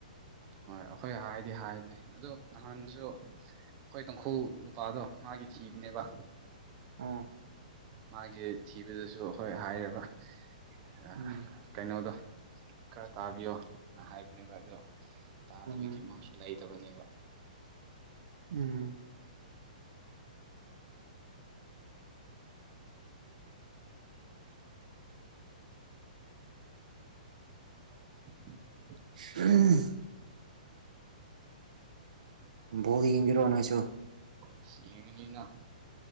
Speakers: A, on the right (about 20°); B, on the right (about 65°).
A: ꯍꯣꯏ ꯑꯩꯈꯣꯏ ꯍꯥꯏꯗꯤ ꯍꯥꯏꯕꯅꯦ ꯑꯗꯨ ꯅꯍꯥꯟꯁꯨ ꯇꯪꯈꯨꯜ ꯅꯨꯄꯥꯗꯣ ꯃꯥꯒꯤ ꯊꯤꯕꯅꯦꯕ
B: ꯑꯥ
A: ꯃꯥꯒꯤ ꯊꯤꯕꯗꯁꯨ ꯍꯣꯏ ꯍꯥꯏꯔꯕ ꯑ
B: ꯎꯝ
A: ꯀꯩꯩꯅꯣꯗ ꯈꯔ ꯇꯥꯕꯤꯌꯣ ꯍꯥꯏꯕꯅꯦꯕ ꯑꯗꯨ ꯇꯥꯗꯕꯒꯤ
B: ꯎꯝ
A: ꯃꯥꯁꯨ ꯂꯩ ꯕꯅꯦꯕ
B: ꯎꯝ
A: <inaudible>
B: ꯎ ꯣꯗꯤ ꯌꯦꯒꯤꯔꯣ ꯋꯥꯅ ꯆꯣ
A: ꯑꯁ ꯌꯦꯡꯉꯅꯤꯅ